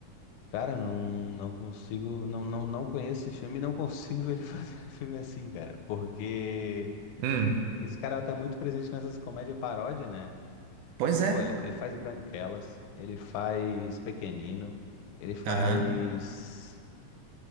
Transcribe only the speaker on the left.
Cara, eu não, não consigo. Não, não, não conheço esse filme e não consigo ver ele <laughs> fazendo filme assim, cara. Porque
esse cara tá muito presente nessas comédias paródia, né?
Pô, ele, ele faz Branquelas, ele faz Pequenino, ele faz.